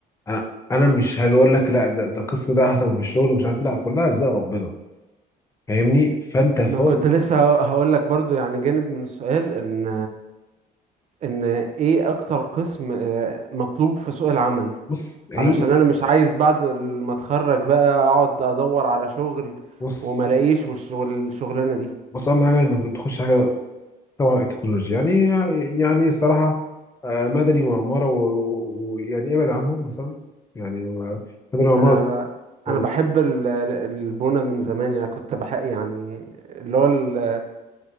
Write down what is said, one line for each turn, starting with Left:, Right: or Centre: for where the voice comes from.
Left: انا انا مش هاجي اقول لك لا ده ده القسم ده احسن في الشغل ومش عارف لا كلها ارزاق ربنا فاهمني فانت فوق
Right: ما كنت لسه هقول لك برضو يعني جانب من السؤال ان ان ايه اكتر قسم آه، مطلوب في سوق العمل
Left: بص هي
Right: علشان
Left: كده
Right: انا مش عايز بعد ما اتخرج بقى اقعد ادور على شغل
Left: بص
Right: وما الاقيش والش- والشغلانه دي
Left: بص اهم حاجه انك تخش حاجه طبعا التكنولوجيا يعني يعني الصراحة آه، مدني وعمارة و- ويعني ابعد عنهم مثلا يعني و- مدني وعمارة
Right: انا اه
Left: آه،
Right: انا بحب ال- ال- البونه من زمان انا كنت بحب يعني اللي هو ال-